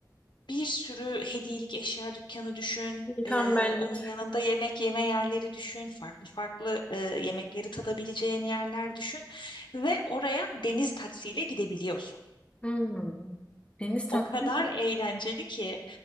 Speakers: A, on the left; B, on the left.
A: bir sürü hediyelik eşya dükkanı düşün. Eee,
B: Tam benlik.
A: onun yanında yemek yeme yerleri düşün. Farklı farklı eee, yemekleri tadabileceğin yerler düşün. Ve oraya deniz taksiyle gidebiliyorsun
B: Hmm. Deniz takvim.
A: o kadar eğlenceli ki.